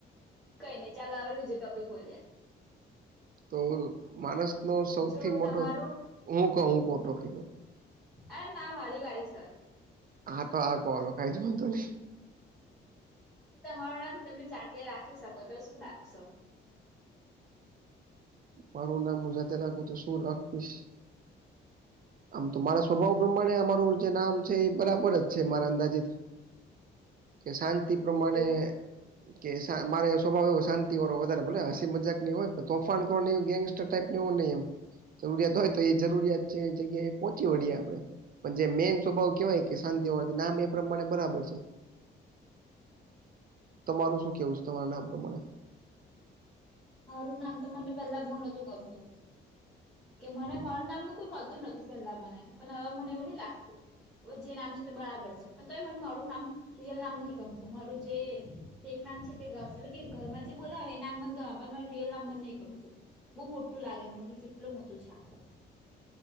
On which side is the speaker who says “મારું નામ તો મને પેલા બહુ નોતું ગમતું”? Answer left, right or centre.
Centre